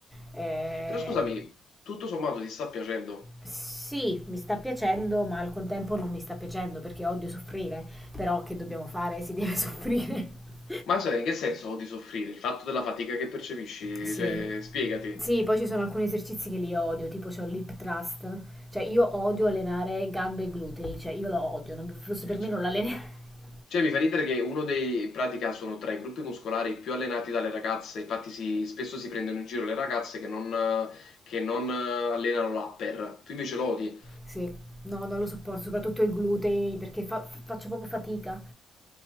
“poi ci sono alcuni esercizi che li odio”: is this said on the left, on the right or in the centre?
Centre